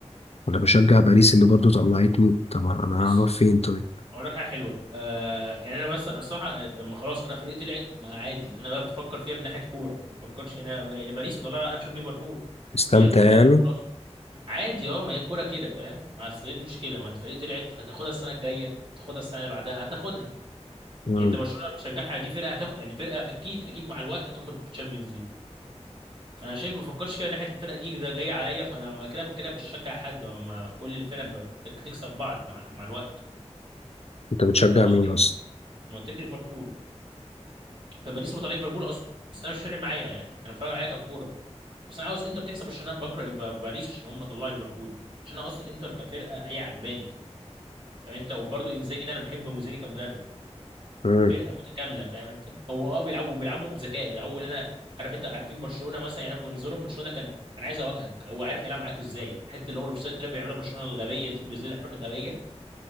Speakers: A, on the left (about 65°); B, on the right (about 45°).
A: ولا بشجع باريس اللي برضو طلعتني طبعا انا
B: بس
A: هروح فين طيب
B: اقول لك حاجه حلوه آه يعني انا مثلا الصراحه آه، لما خلاص انا فرقتي طلعت ما عادي انا بقى بفكر فيها من ناحيه كوره ما بفكرش يعني انا يعني باريس مطلعه انا بشجع ليفربول
A: استمتع
B: هي اللي مطلعه
A: يعني
B: ليفربول اصلا عادي اه ما هي الكوره كده فاهم اصل ايه المشكله ما انت فرقتي طلعت هتاخدها السنه الجايه تاخدها السنه اللي بعدها هتاخدها
A: مم.
B: يعني انت برشلونه بتشجعها دي فرقه هتاخد يعني فرقه اكيد اكيد مع الوقت هتاخد تشامبيونز ليج فانا شايف ما بفكرش فيها من ناحيه الفرقه دي ده جايه عليا فانا كده كده مش بشجع حد ما ما كل الفرق بتكسب بعض مع مع الوقت
A: انت بتشجع
B: فاهم قصدي؟
A: مين اصلا
B: منطقي ليفربول فباريس مطلع ليفربول اصلا بس انا مش فارق معايا يعني انا فارق معايا ككوره بس انا عاوز انتر تكسب عشان انا بكره يبقى باريس عشان هم طلعوا ليفربول عشان انا اصلا انتر كفرقه هي عجباني فانت وبرده انزاجي ده انا بحب مزاجي كمدرب
A: مم.
B: فرقه متكامله فاهم انت هو اه بيلعبوا بيلعبوا بذكاء بيلعبوا اللي انا عارف انت عارفين برشلونه مثلا يعني أنا بالنسبه لهم برشلونه ده كان انا عايز اواجهك هو عارف هيلعب معاك ازاي الحته اللي هو الاوفسايد تراب بيعملها برشلونه الغبيه دي بالذات الحركه الغبيه